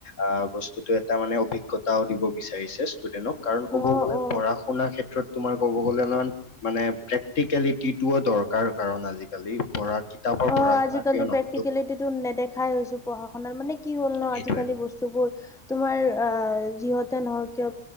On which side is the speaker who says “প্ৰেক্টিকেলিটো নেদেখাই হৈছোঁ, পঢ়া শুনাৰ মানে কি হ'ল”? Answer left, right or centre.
Centre